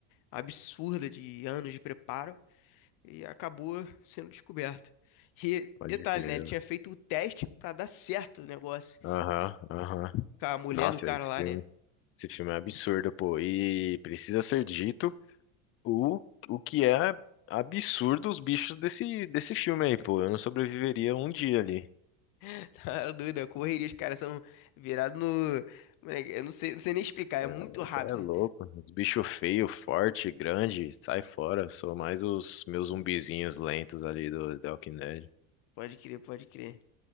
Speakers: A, on the left (about 50°); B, on the left (about 30°).
A: absurda de anos de preparo, e acabou sendo descoberto. E
B: pode
A: detalhe,
B: crer.
A: né? Ele tinha feito o teste pra dar certo o negócio.
B: Aham, aham.
A: Com a mulher
B: Nossa,
A: do cara
B: esse
A: lá,
B: filme,
A: né?
B: esse filme é absurdo, pô. E precisa ser dito o, o que é absurdo os bichos desse, desse filme aí, pô. Eu não sobreviveria um dia ali.
A: <laughs> Tá doida, correria. Os caras são virados no. Moleque, Eu não sei, não sei nem explicar, é muito
B: Você
A: rápido.
B: É louco, os bichos feios, forte, grande, sai fora. Sou mais os meus zumbizinhos lentos ali do Walking Dead.
A: Pode crer, pode crer.